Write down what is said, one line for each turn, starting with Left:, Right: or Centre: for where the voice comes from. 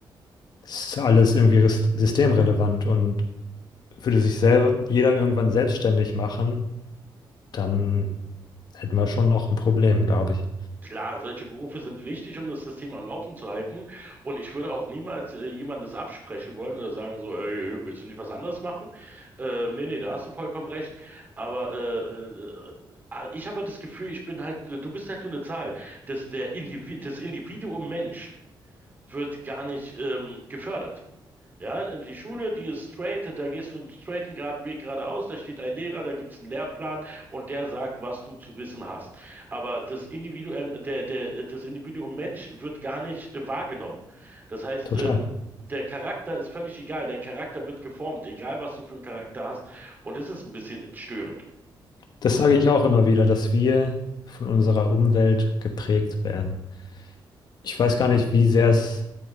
Left: Das ist alles irgendwie res- systemrelevant und würde sich selber jeder irgendwann selbstständig machen dann hätten wir schon noch ein Problem, glaube ich.
Right: Klar, solche Berufe sind wichtig, um das System am Laufen zu halten. Und ich würde auch niemals äh, jemandes absprechen wollen oder sagen so, ey, ey, willst du nicht was anderes machen? Ähm, nee, nee, da hast du vollkommen recht. Aber äh, äh, äh, ich habe das Gefühl, ich bin halt, du bist halt nur eine Zahl. Das, der Individ, das Individuum Mensch wird gar nicht ähm, gefördert. Ja, in die Schule, die ist straight, da gehst du einen straighten geraden Weg geradeaus, da steht ein Lehrer, da gibt's einen Lehrplan und der sagt, was du zu wissen hast. Aber das Individuum, der, der, das Individuum Mensch wird gar nicht äh, wahrgenommen. Das heißt,
Left: Total.
Right: ähm, der Charakter ist völlig egal, dein Charakter wird geformt, egal was du für einen Charakter hast. Und das ist ein bisschen störend.
Left: Das sage ich auch immer wieder, dass wir von unserer Umwelt geprägt werden. Ich weiß gar nicht, wie sehr es